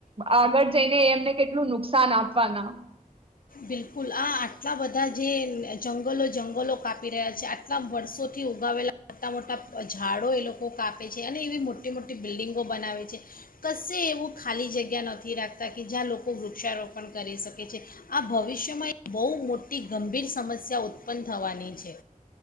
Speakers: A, on the right; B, on the left.
A: આગળ જઈને એમને કેટલું નુકસાન આપવાના
B: બિલકુલ આ આટલા બધા જે જંગલો-જંગલો કાપી રહ્યા છે આટલા વર્ષોથી ઉગાવેલા મોટા મોટા ઝાડો એ લોકો કાપ કાપે છે અને એવી મોટી મોટી બિલ્ડિંગો બનાવે છે કશે એવું ખાલી જગ્યા નથી રાખતા કે જ્યાં લોકો વૃક્ષારોપણ કરી શકે છે આ ભવિષ્યમાં બહુ મોટી ગંભીર સમસ્યા ઉત્પન્ન થવાની છે.